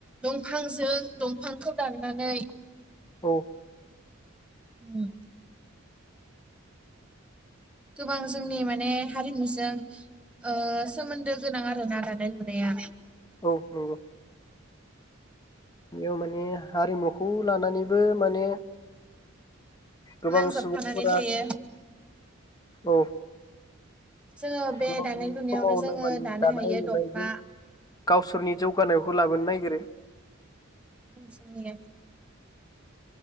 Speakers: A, in the centre; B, on the left (about 20°).
A: दंफांजों दंफां खौ दाननानै
B: औ
A: उम गोबां जोंनि माने हारिमुजों ओ सोमोन्दो गोनां आरोना दानाय लुनाया
B: औ नंगौ बेयाव माने हारिमुखौ लानानैबो माने गोबां
A: नांजाबफानानै
B: सुबुंफोरा
A: थायो
B: औ
A: जोङो बे
B: गोबां
A: दानाय लुनायावनो
B: समावनो
A: जोङो
B: माने
A: दानो
B: दानाय
A: हायो
B: लुनायजों
A: दखना
B: गावसोरनि जौगानायखौ लाबोनो नायगिरो
A: उम जोंनि